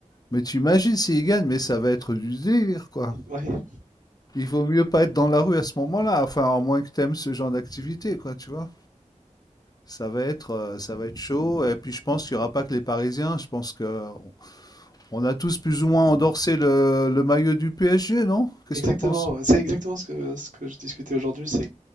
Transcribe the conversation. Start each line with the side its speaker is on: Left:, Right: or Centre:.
Left: Mais tu imagines s'ils gagnent, mais ça va être du délire, quoi.
Right: Ouais,
Left: il vaut mieux pas être dans la rue à ce moment-là, enfin, à moins que tu aimes ce genre d'activité, quoi, tu vois. Ça va être, euh, ça va être chaud. Et puis, je pense qu'il n'y aura pas que les Parisiens. Je pense que on a tous plus ou moins endorsé le, le maillot du PSG, non? Qu'est-ce
Right: exactement.
Left: que t'en penses?
Right: C'est exactement ce que, ce que je discutais aujourd'hui, c'est